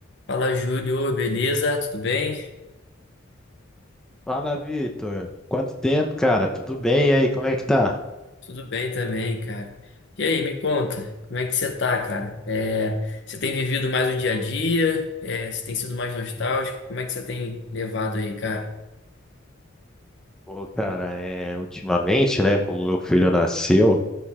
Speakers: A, on the left; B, in the centre.
A: Fala, Júnior, beleza? Tudo bem?
B: Fala, Vitor. Quanto tempo, cara? Tudo bem? E aí, como é que tá?
A: Tudo bem também, cara. E aí, me conta, como é que você tá, cara? É, você tem vivido mais o dia a dia? É, você tem sido mais nostálgico? Como é que você tem levado aí, cara?
B: Pô, cara, é, ultimamente, né, como meu filho nasceu,